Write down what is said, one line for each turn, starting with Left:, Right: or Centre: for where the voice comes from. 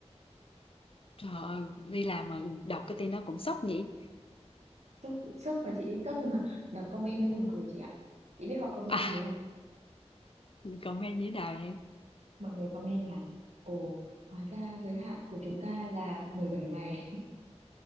Left: trời ơi đi làm mà đọc cái tin đó cũng sốc nhỉ
Right: sốc sốc và chị sốc nhưng mà đọc comment mới buồn cười chị ạ chị biết họ comment
Left: à
Right: gì không
Left: comment như thế nào em
Right: mọi người comment là ồ hóa ra giới hạn của chúng ta là mười bảy ngày